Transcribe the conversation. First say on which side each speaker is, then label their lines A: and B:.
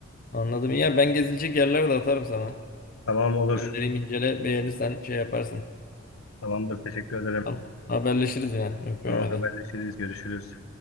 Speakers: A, on the left; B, on the left.
A: Anladım. İyi Ya ben gezilecek yerler de atarım sana.
B: Tamam olur.
A: Göndereyim incele. Beğenirsen şey yaparsın.
B: Tamamdır. Teşekkür ederim.
A: Tamam. Haberleşiriz yine. Öpüyorum
B: Tamam
A: hadi.
B: haberleşiriz. Görüşürüz.